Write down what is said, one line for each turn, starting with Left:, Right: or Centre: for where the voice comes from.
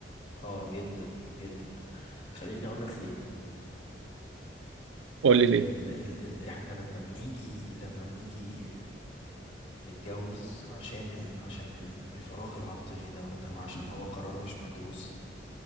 Left: آه، جدا جدا خليني اقول لك ليه
Right: قول لي ليه؟
Left: ال ال ال احنا لما بنيجي لما بنيجي نتجوز عشان ال... عشان ال- الفراغ العاطفي دوت او عشان هو قرار مش مدروس